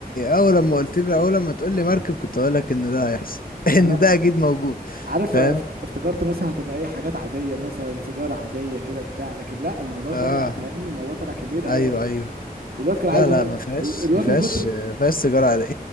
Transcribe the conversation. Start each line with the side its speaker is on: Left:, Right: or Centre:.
Left: اول لما قلت لي اول لما تقول لي مركب كنت اقول لك ان ده هيحصل <laughs> ان
Right: انا
Left: ده اكيد موجود
Right: عارف
Left: فاهم
Right: أنا افت- افتكرت مثلا هتبقى ايه حاجات عادية مثلا سيجارة عادية كده بتاع لكن لا الموضوع طلع
Left: اه
Right: فاهمني الموضوع طلع كبير قوي
Left: ايوه
Right: يعني
Left: ايوه
Right: والواد كان عايز
Left: لا لا
Right: ينق...
Left: ما فيهاش
Right: ال- الواد
Left: ما فيهاش
Right: من كتر
Left: ما فيهاش سيجاره عاديه